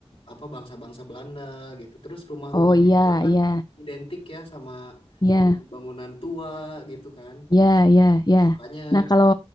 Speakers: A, on the left; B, on the left.
A: apa bangsa-bangsa Belanda gitu. Terus rumah-rumahnya
B: Oh iya,
A: juga kan
B: iya.
A: identik ya sama
B: Ya,
A: bangunan-bangunan tua gitu kan.
B: ya, ya, ya.
A: Makanya
B: Nah, kalau